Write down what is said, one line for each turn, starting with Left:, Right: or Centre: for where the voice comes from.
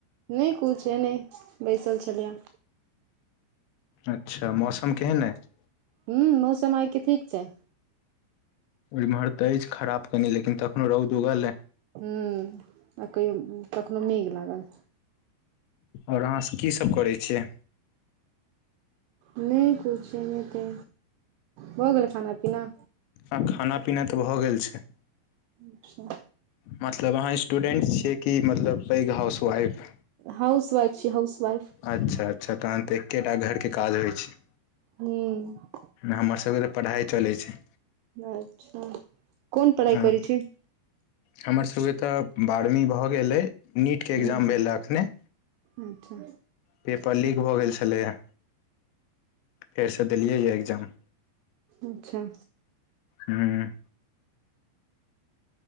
Right: नय कुछ अनहि बैसल छलियए
Left: अच्छा मौसम केहन अइछ
Right: हूँ मौसम आइ के ठीक छै
Left: इम्हर तऽ अछि खराब कनि लेकिन तखनो रौद उगल हइ
Right: ह्मँ आ कहियो कखनोहु मेघ लागल
Left: ओर अहाँ सभ की सभ करै छियै
Right: नय किछु एनहितै भऽ गेलै खाना पीना
Left: आ खाना पीना तऽ भऽ गेल छै
Right: अच्छा
Left: मतलब अहाँ स्टूडेंट छियै कि मतलब पैघ हाउस वाइफ
Right: हाउस वाइफ छी हाउस वाइफ
Left: अच्छा अच्छा तहन तऽ एकेटा घर के काज होइ छै
Right: ह्म
Left: हमर सबके तऽ पढ़ाइ चलै छै
Right: अच्छा कोन पढ़ाइ
Left: हँ
Right: करय छी
Left: हमर सबके तऽ बारहवीं भऽ गेलयै नीट के
Right: ह्म
Left: एग्जाम भेलै अखने
Right: अच्छा
Left: पेपर लीक भऽ गेल छलैया फेरसँ देलियै या एग्जाम
Right: अच्छा
Left: हूँ